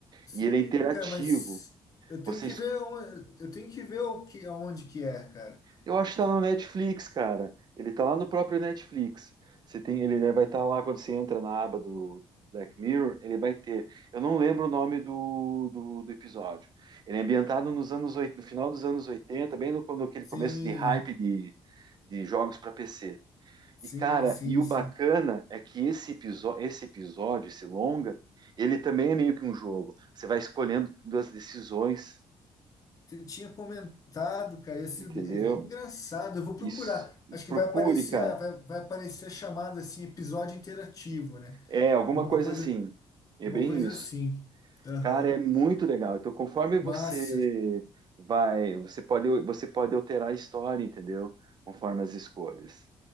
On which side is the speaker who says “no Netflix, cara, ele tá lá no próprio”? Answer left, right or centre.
Right